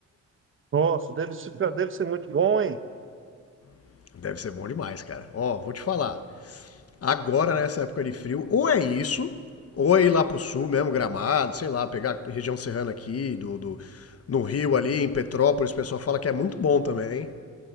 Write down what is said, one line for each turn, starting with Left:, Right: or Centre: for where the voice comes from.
Right: Nossa, deve ser, deve ser muito bom, hein?
Left: <laughs> deve ser bom demais, cara. Ó, vou te falar. Agora, nessa época de frio, ou é isso, ou é ir lá pro sul mesmo, Gramado, sei lá, pegar a região serrana aqui, do, do, no Rio ali, em Petrópolis, o pessoal fala que é muito bom também.